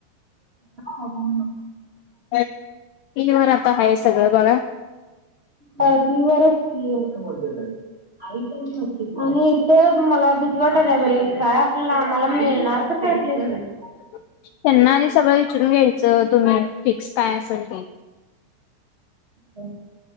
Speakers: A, on the right (about 60°); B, on the left (about 85°).
A: हम्म
B: हे व आता आहे सगळं बघ <unintelligible>
A: अ ती टीव्हीवरच कि <unintelligible> आणि इथं मला भीती वाटाली आहे बाई काय आपल्याला आम्हाला मिळणार तर <unintelligible> <unintelligible>
B: त्यांना आणि सगळं विचारून घ्यायचं तुम्ही फिक्स काय असल ते <inaudible>
A: हो.